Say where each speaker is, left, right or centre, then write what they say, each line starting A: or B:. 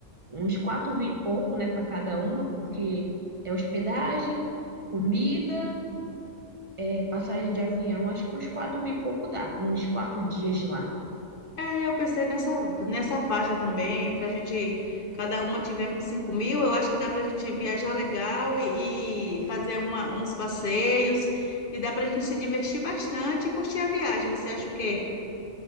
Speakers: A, on the right; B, on the left.
A: uns 4 mil e pouco, né, para cada uma, porque é hospedagem, comida, é passagem de avião, acho que uns 4 mil e pouco dá, uns quatro dias lá.
B: É, eu pensei nessa, nessa faixa também, pra gente, cada uma tiver com 5 mil, eu acho que dá pra gente viajar legal e, e fazer uma- uns passeios, e dá pra gente se divertir bastante e curtir a viagem. Você acha o quê?